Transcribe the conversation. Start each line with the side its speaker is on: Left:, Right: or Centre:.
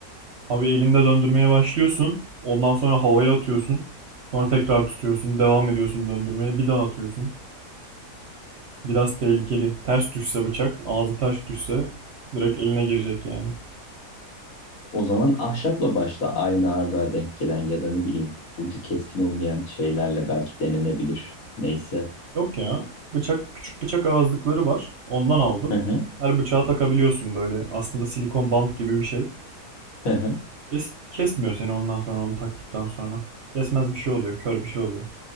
Right: Abi elinde döndürmeye başlıyorsun. Ondan sonra havaya atıyorsun. Sonra tekrar tutuyorsun. Devam ediyorsun döndürmeye. Bir daha atıyorsun. Biraz tehlikeli. Ters düşse bıçak, ağzı ters düşse direkt eline girecek yani.
Left: O zaman ahşapla başla aynı ağırlığa denk gelen ya da ne bileyim ucu keskin olmayan şeylerle belki denenebilir. Neyse.
Right: Yok ya. Bıçak, küçük bıçak ağızlıkları var. Ondan aldım.
Left: Hı hı.
Right: Her bıçağa takabiliyorsun böyle. Aslında silikon bant gibi bir şey.
Left: Hı hı.
Right: Es kesmiyor seni ondan sonra onu taktıktan sonra. Kesmez bir şey oluyor, kör bir şey oluyor.